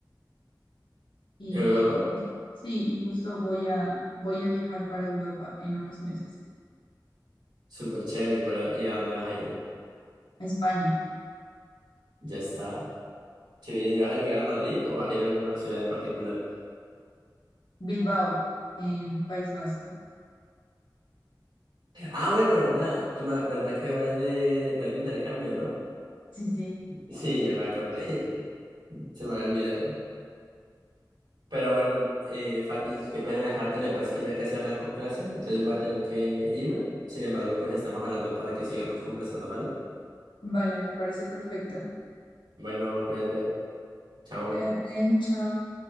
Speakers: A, on the left (about 85°); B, on the right (about 80°).
A: y
B: ¿Europa?
A: jus- sí, y justo voy a voy a viajar para Europa en unos meses,
B: Súper chévere, ¿y, cuál- y a dónde vas a ir?
A: a España,
B: Ya está. Qué bien, ¿y vas a llegar a Madrid o vas a ir a alguna ciudad en particular?
A: Bilbao, en País Vasco.
B: Ah, bueno, ¿verdad? Tú me- ¿verdad que vas de, vas de intercambio, no?
A: Sí, sí.
B: Sí, ya me acordé. <laughs> Se me había olvidado. Pero bueno, eh, Fati, qué pena dejarte, le pasa que ya casi arranco clase, entonces voy a tener que irme. Sin embargo, pues estamos hablando para que sigamos conversando, ¿vale?
A: Vale, me parece perfecto.
B: Bueno, cuídate. Chao.
A: Cuídate, chao.